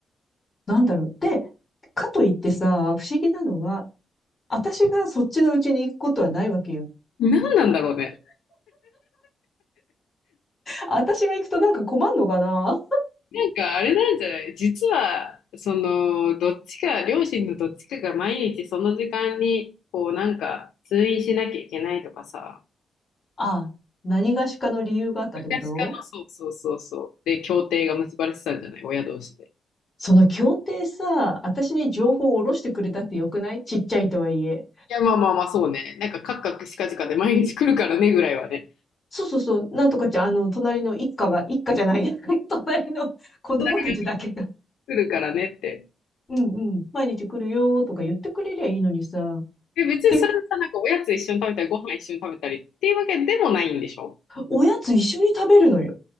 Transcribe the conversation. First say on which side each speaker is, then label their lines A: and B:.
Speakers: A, on the left; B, on the left.
A: なんだろう。で、かといってさ、不思議なのは、私がそっちのうちに行くことはないわけよ。
B: 何なんだろうね。
A: 私が行くとなんか困んのかな
B: なんかあれなんじゃない実はそのどっちか両親のどっちかが毎日その時間にこうなんか通院しなきゃいけないとかさ
A: あ、何がしかの理由があったってこと
B: 昔からのそうそうそうそうで協定が結ばれてたんじゃない親同士で。
A: その協定さ、私に情報を下ろしてくれたってよくないちっちゃいとはいえ。
B: いやまあまあまあそうねなんかカクカクしかじかで毎日来るからねぐらいはね
A: そうそうそう、なんとかちゃん、あの、隣の一家が、一家じゃない、<laughs> 隣の子供たちだけが、
B: 隣に来るからねって
A: うんうん、毎日来るよーとか言ってくれりゃいいのにさ。
B: で別にそれはさなんかおやつ一緒に食べたりご飯一緒に食べたりっていうわけでもないんでしょ
A: で、おやつ一緒に食べるのよ。